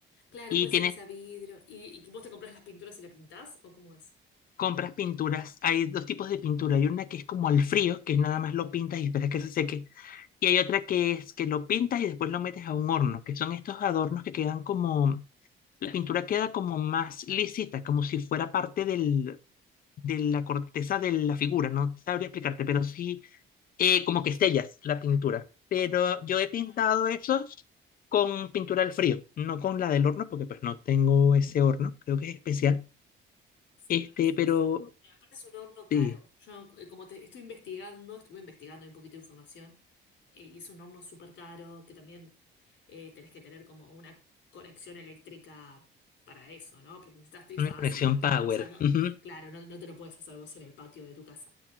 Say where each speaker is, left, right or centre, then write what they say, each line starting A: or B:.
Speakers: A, on the left; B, on the left.
A: Claro,
B: Y
A: puede
B: tiene
A: ser que sea vidrio. ¿Y, y vos te compras las pinturas y la pintás? ¿O cómo es?
B: compras pinturas, hay dos tipos de pintura. Hay una que es como al frío, que es nada más lo pintas y esperas que se seque. Y hay otra que es que lo pintas y después lo metes a un horno, que son estos adornos que quedan como, la pintura queda como más lisita, como si fuera parte del, de la corteza de la figura. No sabría explicarte, pero sí, eh, como que sellas la pintura. Pero yo he pintado
A: Claro.
B: esos con pintura al frío, no con la del horno, porque pues no tengo ese horno, creo que es especial.
A: Sí,
B: Este,
A: me parece
B: pero
A: que sí. Eh, aparte, Es un horno caro.
B: sí.
A: Yo, eh, como te estoy investigando, estuve investigando un poquito de información, eh, y es un horno súper caro, que también eh, tenés que tener como una conexión eléctrica para eso, ¿no? Porque necesitas trifásica,
B: Una conexión
A: todo.
B: power.
A: O sea, no,
B: Ujú.
A: claro, no, no te lo puedes hacer vos en el patio de tu casa.